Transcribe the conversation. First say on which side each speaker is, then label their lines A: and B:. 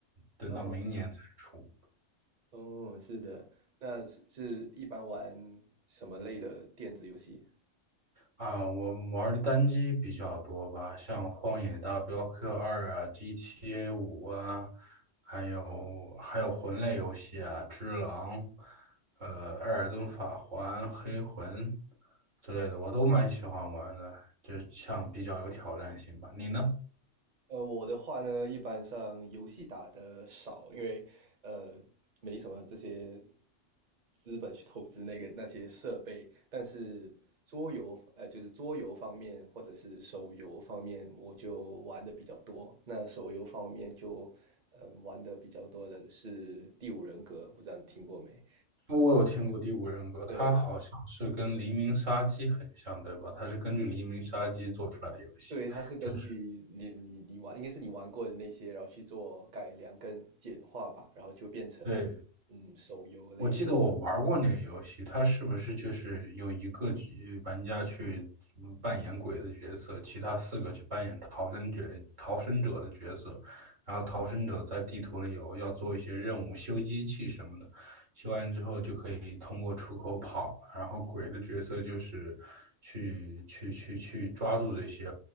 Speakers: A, on the right; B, on the right.
A: 等到明年才出。
B: 哦，哦，是的，那是是一般玩什么类的电子游戏？
A: 啊，我玩的单机比较多吧，像《荒野大镖客二》啊、GTA 五啊，还有还有魂类游戏啊，《只狼》、呃，《艾尔登法环》、《黑魂》之类的，我都蛮喜欢玩的，就像比较有挑战性吧。你呢？
B: 呃，我的话呢，一般上游戏打的少，因为呃没什么这些资本去投资那个那些设备。但是桌游，呃，就是桌游方面或者是手游方面，我就玩的比较多。那手游方面就，嗯、玩的比较多的是《第五人格》，不知道你听过没？
A: 哦我有听过《第五人格》，
B: 对，
A: 它好像是跟《黎明杀机》很像，对吧？它是根据《黎明杀机》做出来的游戏，
B: 对，它是根据你你你玩，
A: 就是
B: 应该是你玩过的那些，然后去做改良跟简化吧，然后就变成
A: 对
B: 嗯手游类。
A: 我记得我玩过那个游戏，它是不是就是有一个局玩家去嗯扮演鬼的角色，其他四个去扮演逃生角、逃生者的角色，然后逃生者在地图里有要做一些任务，修机器什么的，修完之后就可以通过出口跑，然后鬼的角色就是去去去去抓住这些